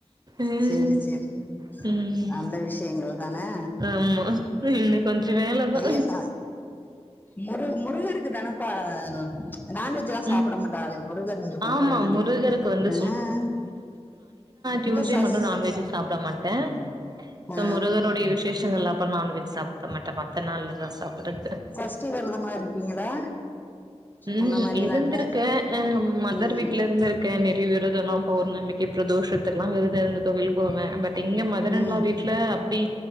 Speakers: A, on the right; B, on the left.
A: ம்
B: செரி செரி
A: ம்
B: நல்ல விஷயங்கள் தானே
A: ஆமா இன்னு கொஞ்ச வேலதா
B: என்ன முரு முருகருக்கு தானேப்பா நான் வே வேஜ்ல்லா சாப்ட
A: ம்
B: மாட்டாகளே முருகர் நீங்க கும்பறே
A: ஆமா
B: னு
A: முருகருக்கு வந்து
B: ஆ
A: டுயூஸ்டே
B: இந்த சஸ்
A: மட்டு நான்வெஜ் சாப்ட மாட்ட
B: ம்
A: சோ
B: ஆ
A: முருகருடைய விசேஷங்கள் அப் அப்போ நான்வெஜ் சாப்ட மாட்டன் மத்த நாள்லதான் சாப்பிடறது
B: ஃபஸ்ட் வெரதமா இருப்பீங்களா
A: ம்
B: அந்த
A: ஹ்
B: மாரியெல்லா
A: இருந்திருக்க
B: இல்ல
A: மதர்
B: ம்
A: வீட்ல இருந்துருக் க்க நெறிய விரதோ எல்லா பௌர்ணமிக்கு பிரதோஷத்துக்கு எல்லா விரதோ இருந்து கோவில் போவ இங்க மதர்
B: ம்
A: இன் லா வீட்ல அப்டி